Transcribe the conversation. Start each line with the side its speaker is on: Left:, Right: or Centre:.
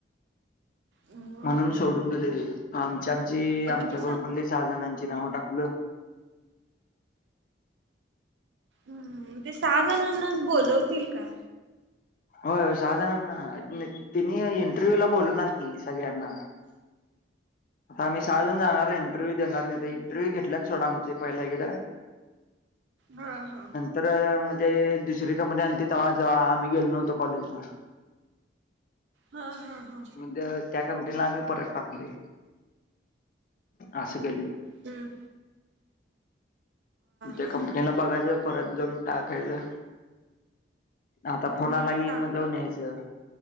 Right: होय
Left: म्हणून सोडून गेलेली आमच्या आमची
Right: अ
Left: आमच्या
Right: तुम्ही
Left: ग्रुपमधली सहा जणांची नाव टाकलं
Right: हम् ते सहा जणांनाच बोलवतील का?
Left: हो सहा जणांना तिने इंटरव्ह्यू ला बोलवणार की सगळ्यांना आता आम्ही सहाजण जाणार आहे इंटरव्ह्यू देणार तिथे इंटरव्हू घेतल्याच थोड आमचे पहिल्याकडे <inaudible>
Right: हा हा
Left: तर म्हणजे दुसरी कंपनी आलीती तेव्हा जव्हा आम्ही गेलो नव्हतो कॉलेजला <inaudible>
Right: हां हां हां
Left: म्हणजे त्या कमिटींगला आम्ही परत टाकले असं केले
Right: हूं
Left: त्या
Right: हा
Left: कंपनीला
Right: हा
Left: बघायचं परत जाऊन टाकायचं आता फोना
Right: होय
Left: आला की
Right: टाक
Left: म जाऊन यायचं